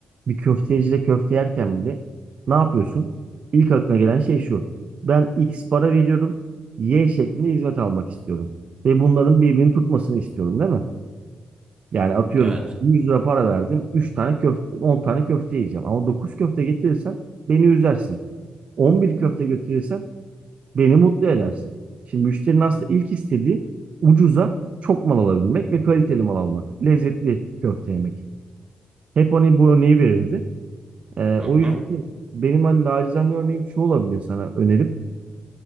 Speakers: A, on the right; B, on the right.
A: bir köftecide köfte yerken bile ne yapıyorsun? İlk aklına gelen şey şu. Ben X para veriyorum. Y şeklinde hizmet almak istiyorum. Ve bunların birbirini tutmasını istiyorum değil mi? Yani atıyorum
B: Evet.
A: 100 lira para verdim. üç tane köfte, 10 tane köfte yiyeceğim. Ama 9 köfte getirirsen beni üzersin. 11 köfte götürürsen beni mutlu edersin. Şimdi müşterinin aslında ilk istediği ucuza çok mal alabilmek ve kaliteli mal almak. Lezzetli köfte yemek. Hep hani bu örneği verirdi. Ee,
B: Hı
A: o yüzden
B: hı.
A: de benim hani nacizane örneğim şu olabilir sana önerim.